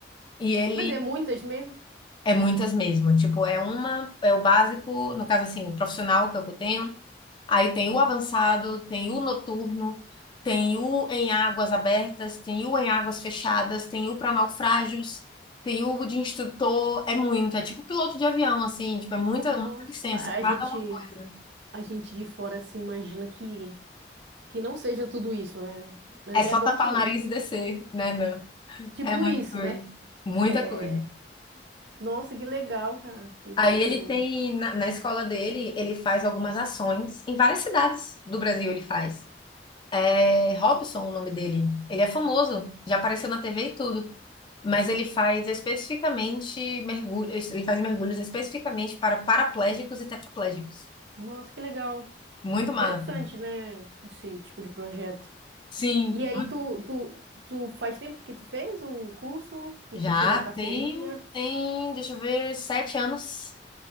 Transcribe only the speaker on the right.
Mas é muitas mesmo?
Nossa,
a
gente
a gente de fora se imagina que, que não seja tudo isso, né? Mas
é bom
que,
tipo
isso,
né?
É,
nossa, que legal, cara, que,
que tu...
Nossa, que legal.
Interessante, né? Esse tipo de projeto.
E aí, tu, tu, tu faz tempo que tu fez o curso, que
tu tirou a carteirinha?